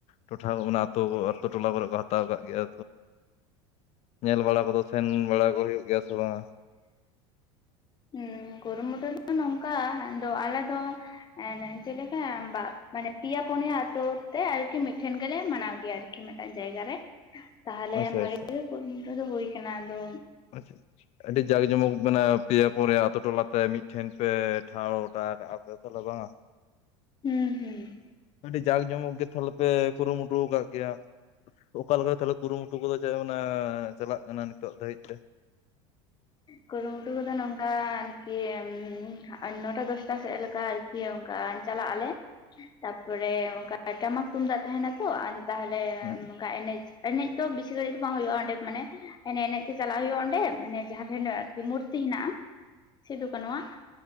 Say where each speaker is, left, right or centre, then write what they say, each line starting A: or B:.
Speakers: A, on the left (about 45°); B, on the left (about 30°).
A: ᱴᱚᱴᱷᱟ, ᱚᱱᱟ ᱟᱛᱳ, ᱟᱛᱳ ᱴᱚᱞᱟ ᱠᱚᱨᱮ ᱠᱚ ᱛᱟᱣ ᱠᱟᱜ ᱜᱮᱭᱟ, ᱧᱮᱞ ᱵᱟᱲᱟ ᱠᱚᱫᱚ, ᱥᱮᱱ ᱵᱟᱲᱟ ᱠᱚ ᱦᱩᱭᱩᱜ ᱜᱮᱭᱟ ᱥᱮ ᱵᱟᱸ?
B: ᱩᱸ ᱠᱩᱨᱩᱢᱩᱴᱩ ᱫᱚ ᱱᱚᱝᱠᱟ, ᱦᱟᱸᱜ ᱫᱚ, ᱟᱞᱮ ᱫᱚ ᱮᱱᱮ ᱡᱮᱞᱮᱠᱟᱼᱢ ᱵᱟᱜ, ᱢᱟᱱᱮ ᱯᱤᱭᱟ, ᱠᱳᱱᱭᱟ ᱛᱳ ᱛᱮ ᱟᱨᱠᱤ ᱢᱤᱜᱴᱷᱮᱱ ᱜᱮᱞᱮ ᱢᱟᱱᱟᱣ ᱜᱮᱭᱟ ᱨᱮ᱾ ᱠᱤ ᱢᱤᱜᱴᱟᱜ ᱡᱟᱭᱜᱟ ᱨᱮ ᱛᱟᱦᱞᱮ
A: ᱟᱪᱪᱷᱟ
B: ᱵᱷᱟᱜᱤ
A: ᱟᱪᱪᱷᱟ
B: ᱜᱮ ᱠᱩᱨᱩᱢᱩᱴᱩ ᱫᱚ ᱦᱩᱭ ᱠᱟᱱᱟ, ᱟᱫᱚ᱾
A: ᱟᱪᱪᱷᱟ-ᱪᱷᱟ᱾ ᱟᱹᱰᱤ ᱡᱟᱠ ᱡᱚᱢᱚᱠ ᱢᱟᱱᱮ ᱯᱮᱭᱟ, ᱯᱚᱨᱮ ᱟᱛᱳ ᱴᱚᱞᱟᱛᱮ ᱢᱤᱜᱴᱷᱮᱱ ᱯᱮ, ᱴᱷᱟᱶ ᱜᱚᱴᱟ ᱠᱟᱜᱼᱟ ᱯᱮ ᱛᱷᱟᱞᱮ ᱵᱟᱝᱟ! <inaudible>
B: ᱦᱩᱸ, ᱦᱩᱸ ᱾
A: ᱟᱰᱤ ᱡᱟᱞ ᱡᱚᱢᱚᱠ ᱜᱮ, ᱛᱷᱟᱞᱮ ᱯᱮ ᱠᱩᱨᱩᱢᱩᱴᱩ ᱠᱟᱜ ᱜᱮᱭᱟᱸ! ᱚᱠᱟ ᱞᱮᱠᱟ ᱛᱟᱞᱮ ᱠᱩᱨᱩᱢᱩᱴᱩ ᱠᱚᱫᱚ ᱪᱟ ᱠᱟᱱᱟ, ᱪᱟᱞᱟᱜ ᱠᱟᱱᱟ ᱱᱤᱛᱚᱜ ᱫᱷᱟᱣᱤᱡ- -ᱛᱮ?
B: ᱠᱩᱨᱩᱢᱩᱴᱩ ᱠᱚᱫᱚ ᱱᱚᱝᱠᱟ ᱟᱱᱠᱤ ᱩᱸ ᱦᱟᱜ ᱟᱱ ᱱᱚᱴᱟ, ᱫᱚᱥᱴᱟ ᱥᱮᱜ ᱞᱮᱠᱟ ᱟᱨᱠᱤ ᱚᱝᱠᱟ ᱟᱱ ᱪᱟᱞᱟᱜ ᱟᱞᱮ ᱛᱟᱯᱚᱨᱮ ᱚᱝᱠᱟ, ᱴᱟᱢᱟᱠ, ᱛᱩᱱᱫᱟᱜ ᱛᱟᱦᱮᱱᱟ ᱛᱚᱻ ᱟᱨ ᱛᱟᱦᱞᱮ
A: ᱦᱮᱸ
B: ᱢᱚᱠᱟ ᱮᱱᱮᱪ, ᱮᱱᱮᱡ ᱛᱚ ᱵᱤᱥᱤ ᱜᱟᱹᱲᱤᱡ ᱵᱟᱝ ᱦᱩᱭᱩᱜᱼᱟ, ᱮᱸᱰᱮᱡ ᱢᱟᱱᱮ ᱮᱱᱮ-ᱮᱱᱮ! ᱛᱮᱹ ᱪᱟᱞᱟᱜ ᱭᱩᱜᱼᱟ ᱚᱸᱰᱮᱻ ᱢᱟᱱᱮ ᱡᱟᱦᱟ ᱴᱷᱮᱱ ᱠᱩ ᱢᱩᱨᱛᱤ ᱦᱮᱱᱟᱜᱼᱟ ᱥᱤᱫᱩ-ᱠᱟᱹᱱᱩᱣᱟᱜ᱾ ᱱᱚᱣᱟ